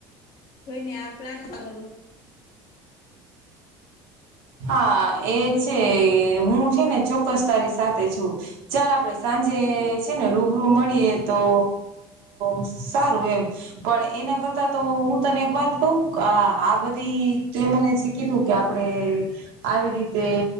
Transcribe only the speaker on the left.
જોઈ ને આ પ્લાનમાં કરું